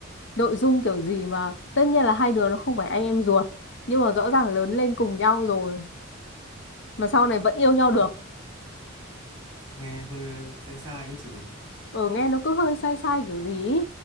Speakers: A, on the left (about 60°); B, on the right (about 25°).
A: nội dung kiểu gì mà tất nhiên là hai đứa nó không phải anh em ruột nhưng mà rõ ràng lớn lên cùng nhau rồi mà sau này vẫn yêu nhau được.
B: nghe hơi ờ, sai sai ấy chị nhỉ
A: Ở nghe nó cứ hơi sai sai kiểu gì ý.